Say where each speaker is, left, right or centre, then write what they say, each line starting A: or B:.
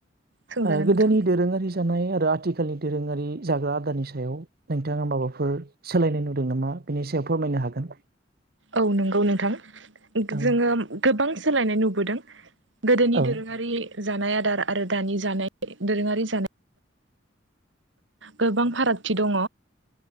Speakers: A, on the right; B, on the right.
A: सोंजागोन
B: ओ गोदोनि
A: नोंथां
B: दोरोङारि जानाय आरो आथिखालनि दोरोङारि जाग्रा आदारानि सायाव नोंथाङा माबाफोर सोलायनाय नुदों नामा? बिनि सायाव फोरमायनो हागोन।
A: औ नंगौ नोंथां
B: औ
A: जोङो गोबां सोलायनाय नुुबो दों गोदोनि
B: औ
A: दोरोङारि जानाय आदार आरो दानि जानाय दोरोङारि जानाय। गोबां फारागथि दङ